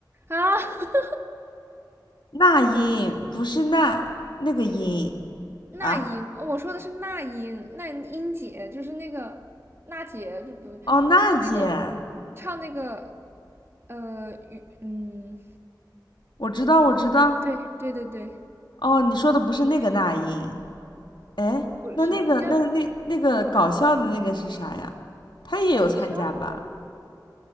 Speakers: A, on the right; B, on the left.
A: 啊，<laughs>
B: 那英不是那那个英
A: 那英，
B: 啊？
A: 呃我说的是那英，那英姐就是那个娜姐，就不就是那个
B: 哦，娜姐，
A: 唱那个呃雨嗯，
B: 我知道，我知道。
A: 对对对对，
B: 哦，你说的不是那个那英，哎，
A: 不是，
B: 那那个那那那个搞笑的那个是啥呀？
A: 应该
B: 他也有参加吧？
A: 搞笑的，